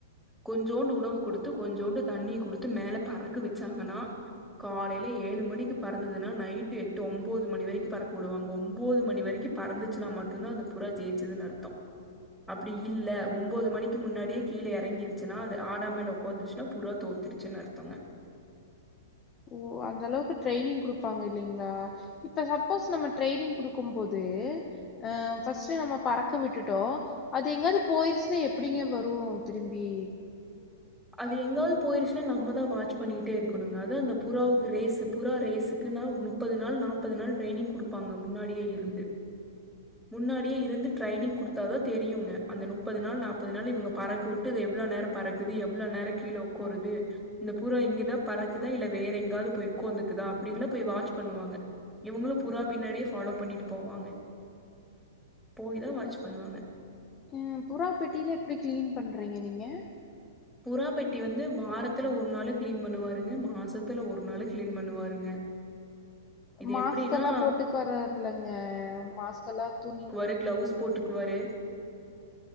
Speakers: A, in the centre; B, on the left (about 30°).
A: கொஞ்சோண்டு உணவு குடுத்து கொஞ்சோண்டு தண்ணி குடுத்து மேல பறக்க வச்சாங்கன்னா காலைல ஏழு மணிக்கு பறந்துதுன்னா நைட்டு எட்டு ஒம் போது மணி வரைக்கு பறக்க வுடுவாங்க ஒம்போது மணி வரைக்கு பறந்துச்சுன்னா மட்டுந்தா அந்த புறா ஜெயிச்சுதுனு அர்த்தோ அப்டி இல்ல ஒம்போது மணிக்கு முன்னாடியே கீழ எறங்கிருச்சுனா அது ஆடா மேல ஒக்காந்துருச்சுன்னா புறா தோத்துரு ச்சினு அர்த்தோங்க
B: ஓ அந்த அளவுக்கு ட்ரைனிங் குடுப்பாங்க இல்லைங்ளா இப்ப சப்போஸ் நம்ம ட்ரைனிங் குடுக்கும்போது அ ஃபர்ஸ்ட் நம்ம பறக்க விட்டுட்டோ அது எங்காது போயிருச்சுனா எப்டிங்க வரு திரும்பி
A: அது எங்காது போயிருச்சுனா நம்மதா வாட்ச் பண்ணிகிடே இருக்கனுங்க அதா அந்த புறாவுக்கு ரேஸ் புறா ரேஸுக்குனா ஒரு முப்பது நாள் நாப்பது நாள் ட்ரைனிங் குடுப்பாங்க முன்னாடியே இருந்து முன்னாடியே இருந்து ட்ரைனிங் குடுத்தாதா தெரியுங்க அந்த முப்பது நாள் நாப்பது நாள் இவங்க பறக்க வட்டு அது எவ்ளோ நேரோ பறக்குது எவ்ளோ நேர கீழ உக்காருது இந்த புறா இங்கேதா பறக்குதா இல்ல வேற எங்காது போய் உக்காந்துக்குதா அப்டின்லா போய் வாட்ச் பண்ணுவாங்க இவங்களு புறா பின்னாடியே ஃபாலோ பண்ணிட்டு போவாங்க போய்தா வாட்ச் பண்ணுவாங்க
B: அ புறா பெட்டிலா எப்டி கிளீன் பண்றீங்க நீங்க
A: புறா பெட்டி வந்து வாரத்துல ஒரு நாளு கிளீன் பண்ணுவாருங்க மாசத்துல ஒரு நாளு கிளீன் பண்ணுவாருங்க இது
B: மாஸ்கெல்லா
A: எப்படின்னா
B: போட்டுக் வராருல்லங்க மாஸ்க் எல்லா துணி
A: க்ளவுஸ் போட்டுக்குவாரு